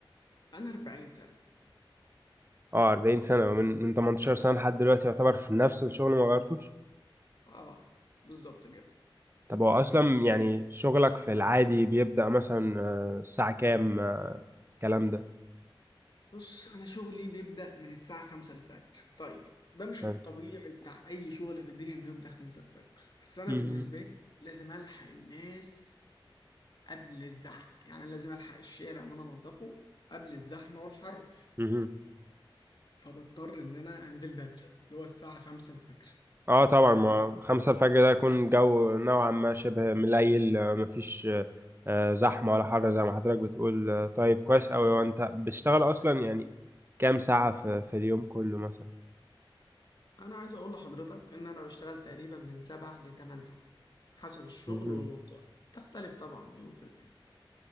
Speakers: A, on the left (about 55°); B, on the right (about 25°).
A: انا 40 سنه
B: اه 40 سنة من من 18 سنة لحد دلوقتي يعتبر في نفس الشغل ما غيرتوش
A: اه بالظبط كده
B: طب هو اصلا يعني شغلك في العادي بيبدأ مثلا آه، الساعة كام آه، الكلام ده
A: بص أنا شغلي بيبدأ من الساعة خمسة الفجر طيب ده مش
B: آه.
A: الطبيعي بتاع أي شغل في الدنيا إنه يبدأ خمسة الفجر بس أنا
B: مهم.
A: بالنسبة لي لازم ألحق الناس قبل الزحمة يعني لازم ألحق الشارع إن أنا أنضفه قبل الزحمة والحر
B: مهم.
A: فبضطر إن أنا أنزل بدري اللي هو الساعة خمسة الفجر
B: اه طبعا ما خمسة الفجر ده يكون الجو نوعا ما شبه مليل آه، مفيش آه، آه، زحمة ولا حر زي ما حضرتك بتقول آه، طيب كويس أوي وانت بتشتغل اصلا يعني كام ساعة في, في اليوم كله مثلا
A: أنا عايز أقول لحضرتك إن أنا بشتغل تقريبا من سبع لتمن ساعات حسب الشغل
B: مهم.
A: والمنطقة تختلف طبعا مليون في المية